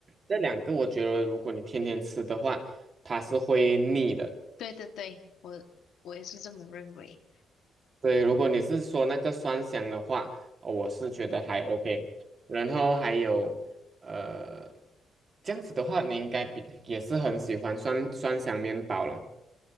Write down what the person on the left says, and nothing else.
对对对，我我也是这么认为。